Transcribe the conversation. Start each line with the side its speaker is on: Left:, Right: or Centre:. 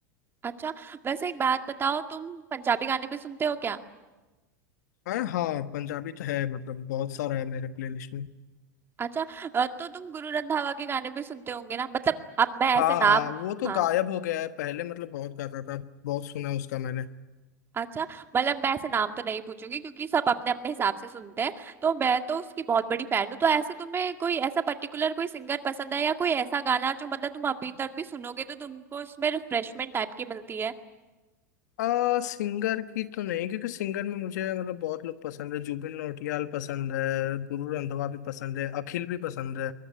Right: अच्छा वैसे एक बात बताओ तुम पंजाबी गाने भी सुनते हो क्या
Left: अरे हाँ पंजाबी तो है मतलब बहुत सारा है मेरे प्लेलिस्ट में
Right: अच्छा अ, तो तुम गुरु रंधावा के गाने भी सुनते होंगे ना मतलब अब मैं
Left: हाँ
Right: ऐसे नाम
Left: हाँ वो तो
Right: हाँ
Left: गायब हो गया है पहले मतलब बहुत गाता था बहुत सुना उसका मैंने
Right: अच्छा मतलब मैं ऐसे नाम तो नहीं पूछूंगी क्योंकि सब अपने अपने हिसाब से सुनते हैं तो मैं तो उसकी बहुत बड़ी फैन हूँ तो ऐसे तुम्हें कोई ऐसा पर्टिकुलर कोई सिंगर पसंद है या कोई ऐसा गाना जो मतलब तुम अभी तक भी सुनोगे तो तुमको इसमें रिफ्रेशमेंट टाइप की मिलती
Left: आ, सिंगर की तो नहीं क्योंकि सिंगर में मुझे मतलब बहुत लोग पसंद है जुबिन नौटियाल पसंद है गुरु रंधावा भी पसंद है अखिल भी पसंद है